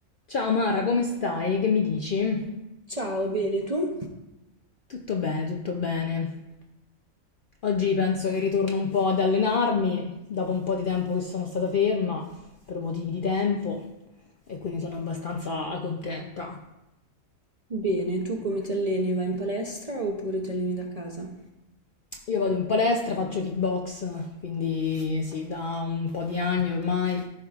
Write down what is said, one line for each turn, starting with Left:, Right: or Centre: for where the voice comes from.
Left: Ciao Mara, come stai? Che mi dici?
Right: Ciao, bene tu?
Left: Tutto bene, tutto bene. Oggi penso che ritorno un po' ad allenarmi, dopo un po' di tempo che sono stata ferma per motivi di tempo e quindi sono abbastanza contenta.
Right: Bene, tu come ti alleni? Vai in palestra oppure ti alleni da casa?
Left: Io vado in palestra, faccio kickbox, quindi sì, da un po' di anni ormai